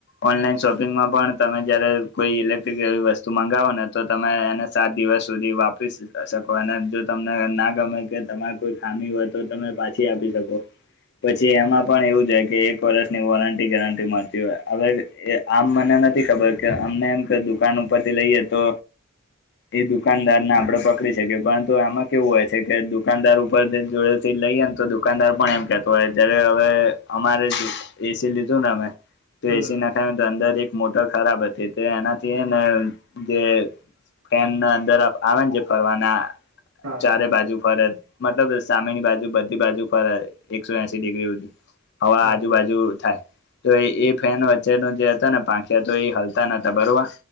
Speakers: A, on the left; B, on the right.
A: ઓનલાઈન શોપિંગમાં પણ તમે જયારે કોઈ ઇલેક્ટ્રિક એવી વસ્તુ મંગાવો ને તો તમે એને સાદી દિવસ સુધી વાપરી શકો અને જો તમને ના ગમે કે તમારી કોઈ ખામી હોય તો તમે પાછી આપી શકો. પછી એમાં પણ એવું જ કે એક વર્ષની વોરંટી ગેરંટી મળતી હોય હવે એ આમ મને નથી ખબર કે અમને એમ કે દુકાન ઉપર થી લઈએ તો એ દુકાનદાર ના આપડા પક શકે પરંતુ આમાં કેવું હોય છે, કે દુકાનદાર ઉપર જોડે થી લઈએ ને તો દુકાનદાર પણ એમ કેતો હોય જ્યારે હવે અમારે એસી લીધું ને અમે તો
B: હમ
A: એસી નાખાય તો અંદર એક મોટર ખરાબ હતી તો એનાથી હેને જે ફેનના અંદર આવે ને જે ફરવાના
B: હા
A: ચારે
B: હા
A: બાજુ ફરત મતલબ સામેની બાજુ બધી બાજુ ફર સ એકસો એસી ડિગ્રી હવા
B: હા
A: આજુબાજુ થાય. તો એ ફેન વચ્ચેનું જે હતા ને પાંખિયા તો એ હલતા ન હતા બરોબર.